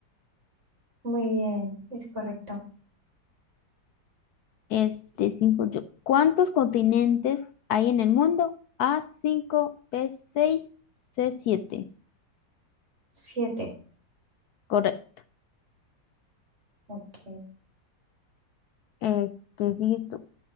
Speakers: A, on the right; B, on the left.
A: Muy bien, es correcto.
B: Este, cinco yo. ¿Cuántos continentes hay en el mundo? A, 5, B, 6, C, siete.
A: Siete.
B: Correcto.
A: Ok.
B: Este, sigues tú.